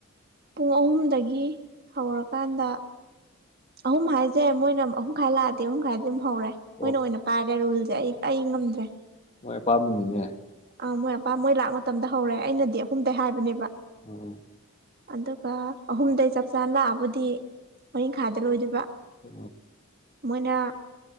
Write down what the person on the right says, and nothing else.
ꯄꯨꯡ ꯑꯍꯨꯝꯗꯒꯤ ꯍꯧꯔꯀꯥꯟꯗ ꯑꯍꯨꯝ ꯍꯥꯏꯖꯦ ꯃꯣꯏꯅ ꯑꯍꯨꯝ ꯈꯥꯏꯂꯦꯨ ꯈ ꯍꯧꯔꯦ
ꯃꯣꯏꯅ ꯑꯣꯏꯅ ꯄꯥꯏꯔꯦ ꯔꯨꯜ ꯦ ꯑꯩ ꯄ ꯑꯩ ꯉꯝꯗ꯭ꯔꯦ
ꯑꯥ ꯃꯣꯏ ꯑꯄꯥ ꯃꯣꯏ ꯂꯥꯛ ꯃꯇꯝꯗ ꯍꯧꯔꯦ ꯑꯩꯅꯗꯤ ꯑꯍꯨꯝꯗ ꯍꯥꯏꯕꯅꯦꯕ
ꯑꯗꯨꯒ ꯑꯍꯨꯝꯗꯩ ꯆꯞ ꯆꯥꯅ ꯂꯥꯛꯑꯕ ꯇꯤ ꯃꯔꯤꯡꯈꯥꯗ ꯂꯣꯏꯗꯕ
ꯃꯣꯏꯅ